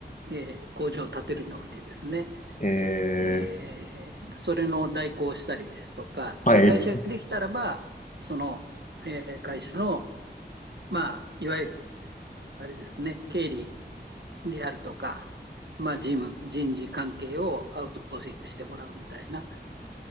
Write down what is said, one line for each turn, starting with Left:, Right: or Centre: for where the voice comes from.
Right: えー工場を建てるにおいてですね、
Left: えー、
Right: えーそれの代行をしたりですとか、
Left: はい。
Right: で、会社ができたらば、その、えー会社の、まあ、いわゆる、あれですね、経理であるとか、まあ、事務、人事関係をアウトソーシングしてもらうみたいな。